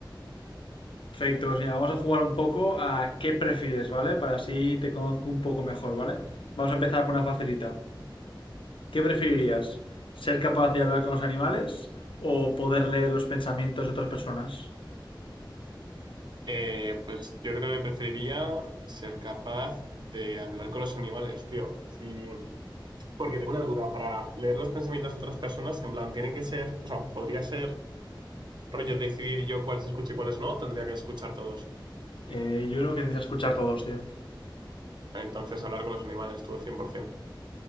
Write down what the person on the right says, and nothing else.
Eh, pues yo creo que preferiría ser capaz de hablar con los animales, tío. Sí, porque tengo una duda, para leer los pensamientos de otras personas, en plan, tienen que ser, o sea, podría ser rollo decidir yo cuáles escucho y cuáles no, o tendría que escuchar todos.
Entonces hablar con los animales, tú, 100%.